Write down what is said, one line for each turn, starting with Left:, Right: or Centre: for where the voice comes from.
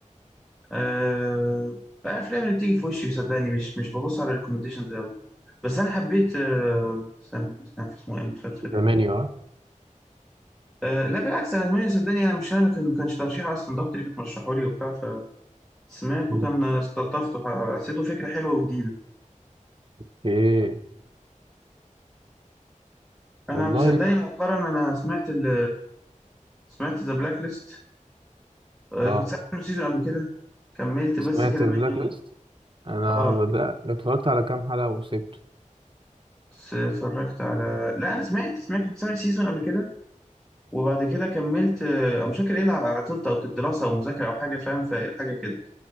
Centre: أه... الافلام اللي بتيجي في وشي صدقني مش مش ببص على ريكومنديشنز قوي بس انا حبيت أه... استنى كان في اسمه ايه المسلسل ايه
Right: ذا منيو اه
Centre: أه... لا بالعكس انا مني صدقني انا مش انا اللي كان ما كانش ترشيح اصلا ده اختي اللي كانت مرشحه لي وبتاع فسمعته
Right: مم.
Centre: كان استلطفته ح- حسيته فكره حلوه وجديده
Right: اوكي والله
Centre: انا مصدقني مؤخرا انا سمعت ال... سمعت ذا بلاك ليست أه...
Right: اه
Centre: كنت سامع منه سيزون قبل كده كملت بس
Right: سمعت
Centre: كده
Right: بلاك
Centre: منه
Right: ليست انا
Centre: اه
Right: بدأت اتفرجت على كام حلقة وسبته
Centre: بس اتفرجت على لا انا سمعت سمعت كنت سامع سيزون قبل كده وبعد كده كملت آه، مش فاكر ايه اللي عطلت او كانت دراسه او مذاكره او حاجه فاهم فحاجه كده